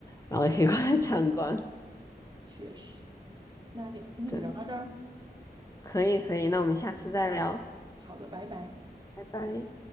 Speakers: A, on the left; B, on the right.
A: 然后也可以过来参观。
B: 嗯确实，那今今天就聊到这儿，
A: 对，可以可以，那我们下次再聊，
B: 好的，拜拜。
A: 拜拜。